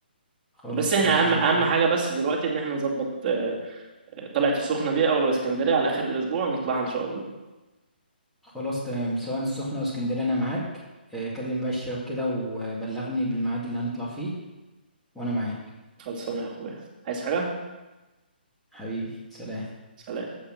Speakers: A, in the centre; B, on the right.
A: خلاص
B: بس احنا
A: يا باشا
B: اهم
A: زي
B: اهم
A: الفل
B: حاجة بس دلوقتي ان احنا نظبط آه، آه، طلعة السخنة دي او الاسكندرية على اخر الاسبوع نطلعها ان شاء الله
A: خلاص تمام سواء السخنة أو اسكندرية أنا معاك آه، كلم بقى الشباب كده وبلغني بالميعاد اللي هنطلع فيه وأنا معاك
B: خلصانة يا اخويا عايز حاجة
A: حبيبي سلام
B: سلام